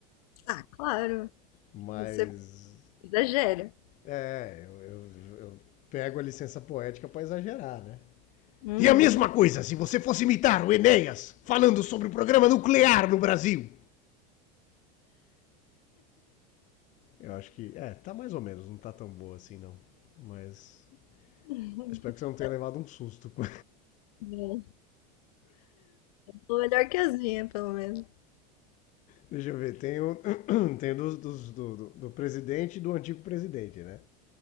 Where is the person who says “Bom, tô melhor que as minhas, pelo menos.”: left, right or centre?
Left